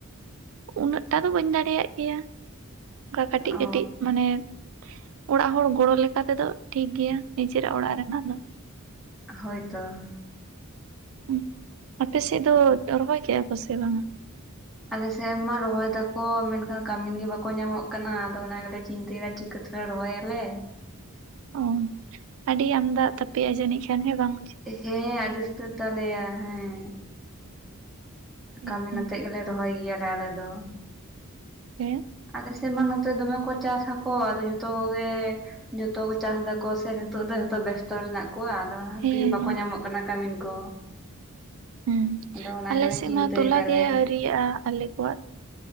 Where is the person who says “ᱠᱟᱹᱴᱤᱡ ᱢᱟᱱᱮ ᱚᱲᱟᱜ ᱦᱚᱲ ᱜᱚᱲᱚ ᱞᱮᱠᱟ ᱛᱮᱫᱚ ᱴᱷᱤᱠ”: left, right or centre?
Right